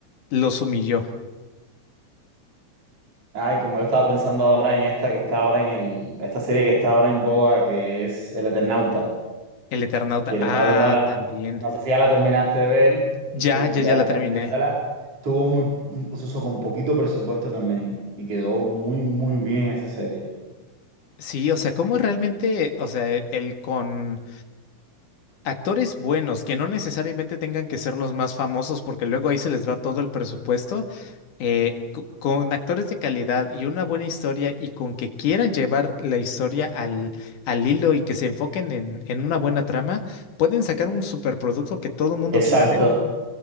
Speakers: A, on the left; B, on the right.
A: los humilló.
B: Ay, como yo estaba pensando ahora en esta que está ahora en el, esta serie que está ahora en boga, que es El Eternauta,
A: El Eternauta,
B: que
A: ah,
B: la estaba viendo ahora.
A: también.
B: No sé si ya la terminaste de ver,
A: Ya,
B: estoy
A: ya,
B: ya
A: ya la terminé.
B: terminándola. Tuvo muy, se usó con poquito presupuesto también y quedó muy, muy bien esa serie.
A: Sí, o sea, cómo realmente, o sea, el con Actores buenos, que no necesariamente tengan que ser los más famosos, porque luego ahí se les va todo el presupuesto, eh, co- con actores de calidad y una buena historia y con que quieran llevar la historia al, al hilo y que se enfoquen en, en una buena trama, pueden sacar un superproducto que todo el mundo
B: Exacto.
A: quiera ver.